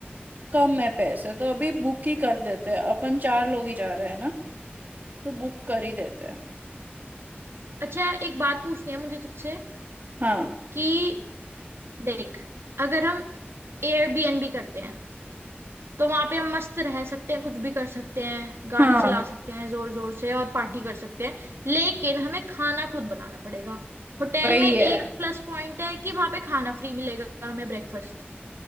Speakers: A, on the right (about 45°); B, on the right (about 85°).
A: कम है पैसे तो अभी बुक ही कर देते हैं अपन चार लोग ही जा रहे हैं ना तो बुक कर ही देते हैं
B: अच्छा एक बात पूछनी है मुझे तुझसे
A: हाँ
B: कि देख अगर हम एयरबीएनबी करते हैं तो वहां पे हम मस्त रह सकते हैं कुछ भी कर सकते हैं गाने
A: हाँ
B: चला सकते हैं जोर जोर से और पार्टी कर सकते हैं लेकिन हमें खाना खुद बनाना पड़ेगा होटल
A: वही
B: में एक
A: है
B: प्लस पॉइंट है कि वहां पे खाना फ्री मिलेगा हमें ब्रेकफास्ट